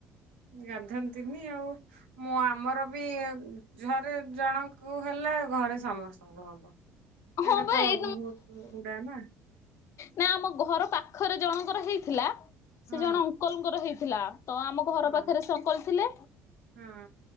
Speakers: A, on the right; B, on the left.
A: ଗାଧାନ୍ତିନି ଆଉ ମୁଁ ଆମର ବି ଘରେ ଜଣଙ୍କୁ ହେଲା ଘରେ ସମସ୍ତଙ୍କୁ ହବ।
B: ହଁ
A: ଏଇଟା
B: ବା
A: ତ
B: ଏଇ
A: ବହୁତ ଉଡା ନା।
B: ନା ଆମ ଘର ପାଖରେ ଜଣଙ୍କର ହେଇଥିଲା। ସେ
A: ହଁ
B: ଜଣେ ଅଙ୍କଲ୍ ଙ୍କର ହେଇଥିଲା। ଥିଲା। ତ ଆମ ଘର
A: ହଁ
B: ପାଖରେ ସେ ଅଙ୍କଲ୍ ଥିଲେ।
A: ହଁ